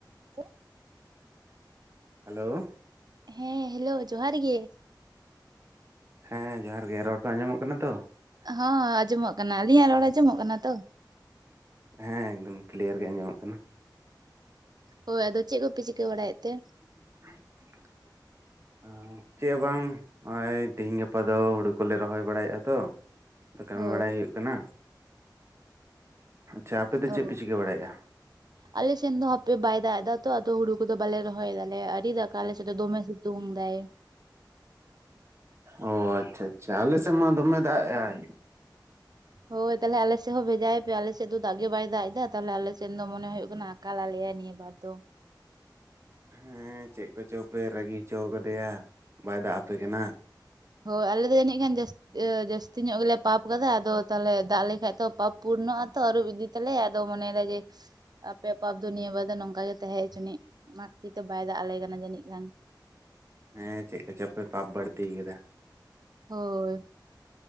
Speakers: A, on the right; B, on the right.
A: <unintelligible>
B: Hello
A: ᱦᱮᱸ hello ᱡᱚᱦᱟᱨ ᱜᱮ
B: ᱦᱮᱸ ᱡᱚᱦᱟᱨ ᱜᱮ ᱨᱚᱲ ᱠᱚ ᱟᱸᱡᱚᱢᱚᱜ ᱠᱟᱱᱟ ᱛᱚ?
A: ᱦᱚᱸ ᱟᱸᱡᱚᱢᱚᱜ ᱠᱟᱱᱟ ᱟᱹᱞᱤᱧᱟᱜ ᱨᱚᱲ ᱟᱸᱡᱚᱢᱚᱜ ᱠᱟᱱᱟ ᱛᱚ?
B: ᱦᱮᱸ ᱮᱠᱫᱚᱢ ᱠᱞᱤᱭᱟᱨ ᱜᱮ ᱟᱸᱡᱚᱢᱚᱜ ᱠᱟᱱᱟ
A: ᱦᱳᱭ ᱟᱫᱚ ᱪᱮᱫ ᱠᱚᱯᱮ ᱪᱤᱠᱟᱹ ᱵᱟᱲᱟᱭᱮᱫ ᱛᱮ?
B: <unintelligible> ᱪᱮ ᱵᱟᱝ ᱚᱜ-ᱚᱭ ᱛᱮᱦᱮᱧ ᱜᱟᱯᱟ ᱫᱚ ᱦᱩᱲᱩ ᱠᱚᱞᱮ ᱨᱚᱦᱚᱭ ᱵᱟᱲᱟᱭᱮᱜ-ᱟ ᱛᱚ ᱠᱟᱹᱢᱤ
A: ᱦᱳᱭ
B: ᱵᱟᱲᱟᱭ ᱦᱩᱭᱩᱜ ᱠᱟᱱᱟ ᱟᱪᱪᱷᱟ ᱟᱯᱮ ᱫᱚ ᱪᱮᱫ
A: ᱚ
B: ᱯᱮ ᱪᱤᱠᱟᱹ ᱵᱟᱲᱟᱭ ᱮᱜ-ᱟ?
A: ᱟᱞᱮ ᱥᱮᱱ ᱫᱚ ᱦᱟᱯᱮ ᱵᱟᱭ ᱫᱟᱜ ᱮᱫᱟ ᱛᱚ ᱟᱫᱚ ᱦᱩᱲᱩ ᱠᱚᱫᱚ ᱵᱟᱞᱮ ᱨᱚᱦᱚᱭ ᱫᱟᱞᱮ ᱟᱹᱣᱨᱤ ᱫᱟᱜᱽ ᱠᱟ ᱟᱞᱮ ᱥᱮᱫ ᱫᱚ ᱫᱚᱢᱮ ᱥᱤᱛᱩᱝ ᱫᱟᱭ
B: ᱚ ᱟᱪᱪᱷᱟ ᱟᱪᱪᱷᱟ ᱟᱞᱮ ᱥᱮᱫ ᱢᱟ ᱫᱚᱢᱮ ᱫᱟᱜᱽ ᱮᱜᱟᱭ᱾
A: ᱦᱳᱭ ᱛᱟᱦᱚᱞᱮ ᱟᱞᱮᱥᱮᱫ ᱦᱚᱸ ᱵᱷᱮᱡᱟᱭᱮ ᱯᱮ ᱟᱞᱮ ᱥᱮᱫ ᱫᱚ ᱫᱟᱜᱽ ᱜᱮ ᱵᱟᱭ ᱫᱟᱜᱽ ᱮᱫᱟ ᱛᱟᱦᱚᱞᱮ ᱟᱞᱮ ᱥᱮᱱ ᱫᱚ ᱢᱚᱱᱮ ᱦᱩᱭᱩᱜ ᱠᱟᱱᱟ ᱟᱠᱟᱞ ᱟᱞᱮᱭᱟᱭ ᱱᱤᱭᱟᱹ ᱦᱮᱸᱛᱚ
B: ᱦᱩᱸ ᱪᱮᱜ ᱠᱚᱪᱚ ᱯᱮ ᱨᱟᱹᱜᱤ ᱦᱚᱪᱚ ᱠᱟᱫᱮᱭᱟ ᱵᱟᱭ ᱫᱟᱜᱽ ᱟᱯᱮ ᱠᱟᱱᱟ
A: ᱦᱳᱭ ᱟᱞᱮ ᱫᱚ ᱡᱟᱹᱱᱤᱡ ᱠᱷᱟᱱ ᱡᱟᱹᱥ ᱤᱭᱟᱹ ᱡᱟᱹᱥᱛᱤ ᱧᱚᱜ ᱜᱮᱞᱮ ᱯᱟᱯ ᱠᱟᱫᱟ ᱟᱫᱚ ᱛᱟᱦᱚᱞᱮ ᱫᱟᱜᱽ ᱞᱮᱠᱷᱟᱡ ᱛᱚ ᱯᱟᱯ ᱯᱩᱨᱱᱚᱜ ᱟ ᱛᱚ ᱟᱹᱨᱩ ᱛᱟᱞᱦᱮ ᱟᱫᱚ ᱢᱚᱱᱮᱫᱟ ᱡᱮ ᱟᱯᱮᱭᱟᱜ ᱯᱟᱯ ᱫᱚ ᱱᱤᱭᱟᱹ ᱵᱟᱨ ᱫᱚ ᱱᱚᱝᱠᱟ ᱜᱮ ᱛᱟᱦᱮᱸᱜ ᱪᱩᱱᱤᱜ ᱚᱱᱟ ᱠᱷᱟᱹᱛᱤᱨ ᱛᱮ ᱵᱟᱭ ᱫᱟᱜᱽ ᱟᱞᱮ ᱠᱟᱱᱟ ᱡᱟᱹᱱᱤᱡ ᱠᱷᱟᱱ
B: ᱦᱮᱸ ᱪᱮᱜ ᱠᱚᱪᱚᱝ ᱯᱮ ᱯᱟᱯ ᱵᱟᱹᱲᱛᱤ ᱠᱟᱫᱟ
A: ᱦᱳᱭ